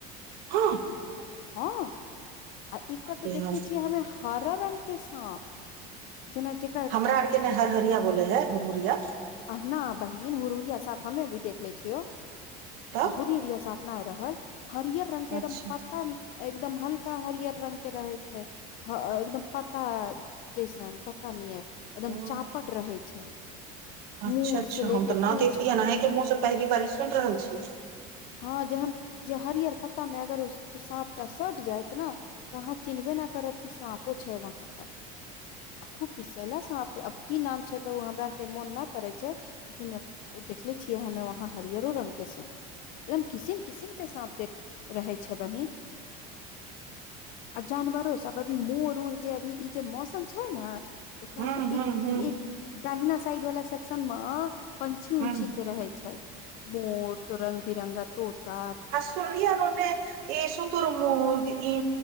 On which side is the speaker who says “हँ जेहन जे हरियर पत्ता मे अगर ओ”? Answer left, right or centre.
Left